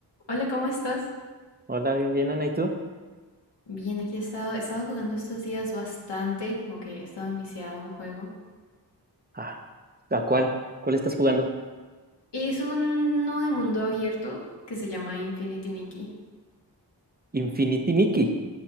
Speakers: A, on the left; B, on the right.
A: Hola, ¿cómo estás?
B: Hola, bien, bien, Ana, ¿y tú?
A: Bien, aquí he estado, he estado jugando estos días bastante, como que he estado enviciada a un juego.
B: Ah, ¿a cuál? ¿Cuál estás jugando?
A: Es uno de mundo abierto que se llama Infinity Nikki.
B: Infinity Nikki.